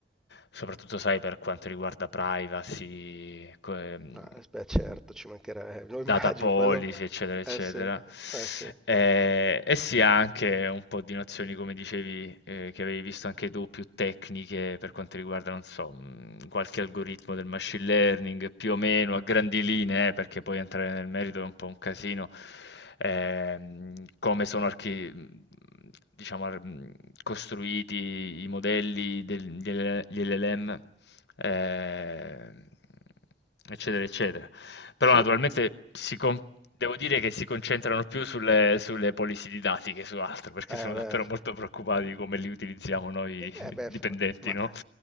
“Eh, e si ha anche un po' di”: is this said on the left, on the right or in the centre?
Left